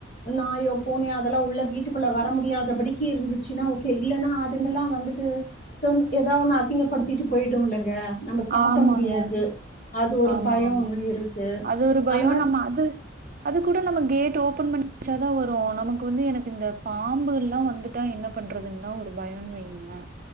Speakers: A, on the left; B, on the right.
A: நாயோ பூனையோ அதெல்லா உள்ள வீட்டுக்குள்ள வர முடியாதபடிக்கு இருந்துச்சுன்னா ஓகே இல்லன்னா அதுங்கெல்லா வந்துட்டு செஞ் ஏதோன்னு அசிங்கப்படுத்திட்டு போயிடு இல்லங்க நம்ம சாப்ட
B: ஆமாங்க
A: முடியாது அது ஒரு
B: ஆமா
A: பயோ
B: ஆமா
A: ஒண்ணு இருக்கு
B: அது ஒரு பயோ
A: அந்த மாரி
B: நம்ம அது அது கூட நம்ம கேட் ஓப் ஓப்பன் பண்ணி வச்சாதா வரு நமக்கு வந்து எனக்கு இந்த பாம்புகள்லா வந்துட்டா என்ன பண்றதுன்னுதா ஒரு பயோன்னு வைங்களே